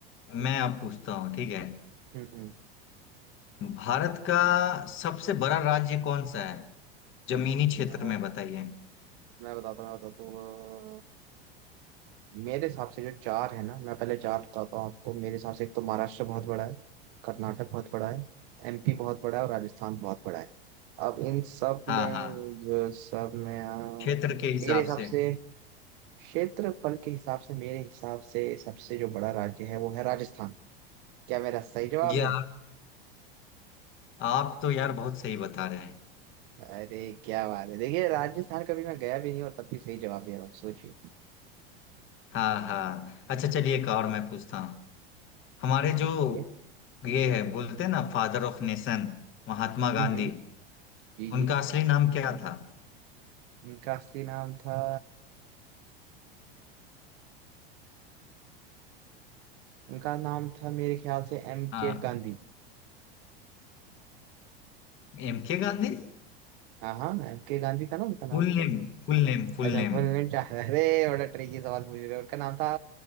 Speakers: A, on the left; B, on the right.
A: मैं अब पूछता हूँ ठीक है
B: हम्म हम्म
A: भारत का सबसे बड़ा राज्य कौन सा है जमीनी क्षेत्र
B: अ,
A: में बताइए
B: मैं बताता हूँ मैं बताता हूँ मेरे हिसाब से जो चार है ना मैं पहले चार बताता हूँ आपको मेरे हिसाब से एक तो महाराष्ट्र बहुत बड़ा है कर्नाटक बहुत बड़ा है एमपी बहुत बड़ा है और राजस्थान बहुत बड़ा है अब इन सब
A: हाँ
B: में
A: हाँ
B: जो सब में आ,
A: क्षेत्र के हिसाब
B: मेरे हिसाब
A: से
B: से क्षेत्रफल के हिसाब से मेरे हिसाब से सबसे जो बड़ा राज्य है वो है राजस्थान क्या मेरा सही जवाब
A: यार
B: है
A: आप तो यार बहुत सही बता रहे हैं
B: अरे क्या बात है देखिए राजस्थान कभी मैं गया भी नहीं और तब भी सही जवाब दे रहा हूँ सोचिए
A: हाँ हाँ अच्छा चलिए एक और मैं पूछता हूँ हमारे
B: सोचिए
A: जो
B: सोचिए।
A: ये है बोलते हैं ना father of nation Mahatma
B: हम्म
A: Gandhi
B: हम्म, जी जी
A: उनका असली नाम क्या था
B: उनका असली नाम था उनका नाम था मेरे ख्याल से एम
A: हाँ
B: के गांधी
A: M K Gandhi
B: हाँ हाँ एम के गांधी था ना उनका नाम
A: Full name full name full
B: अच्छा
A: name
B: भूलने चाह रहा अरे बड़ा ट्रिकी सवाल पूछ रहे हो। उनका नाम था